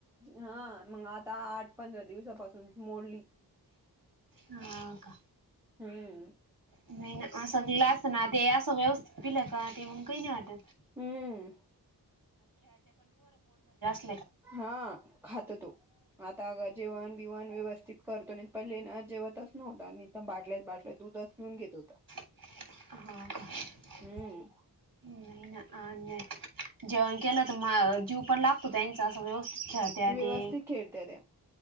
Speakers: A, in the centre; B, on the right.
A: हा मंग आता आठ पंधरा दिवसापासून मोडली.
B: हा का
A: हम्म
B: नाही. असं दिलाच ना ते असं व्यवस्थित दिलं का ते...
A: हम्म
B: <unintelligible>
A: हा खात तो. आता जेवण बिवाण व्यवस्थित करतो नाही पण लेण जेवतच नव्हत बाटल्याच बाटल्या दूध <unintelligible> पिऊन घेत होता.
B: <unintelligible>
A: हम्म
B: जेवण केलं तर म जीव पण लागतो त्यांचा अस व्यवस्थित खेळत्या
A: व्यवस्थित
B: तें.
A: खेळत्या त्या